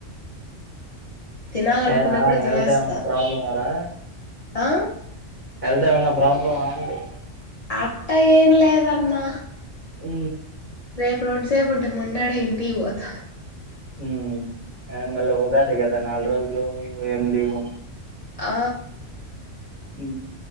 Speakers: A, on the left; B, on the right.
A: తినాలనుకున్నప్పుడు
B: ఏరా
A: తినేస్తా
B: హెల్తామన్నా ప్రాబ్లమన్నా రా
A: ఆ
B: హెల్త్ ఏమైనా ప్రాబ్లమా అండి
A: అట్టా ఏం లేదన్నా
B: ఉ
A: రేపు రోంసేపు ఉంటే మొన్నడే ఏంటి పోత
B: ఉ అ మళ్ళీ ఉగాద కదా నాలుగు రోజులు ఏం లీవు
A: ఆ
B: ఉ